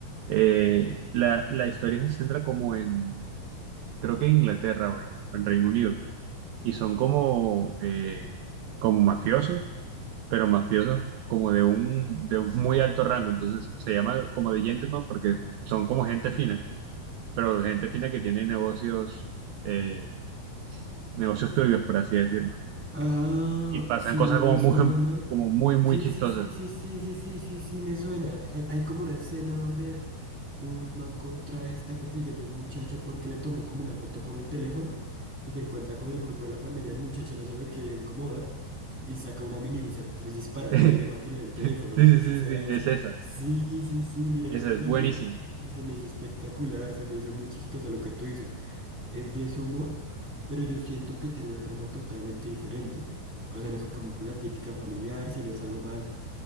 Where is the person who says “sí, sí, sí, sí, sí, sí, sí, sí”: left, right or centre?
Centre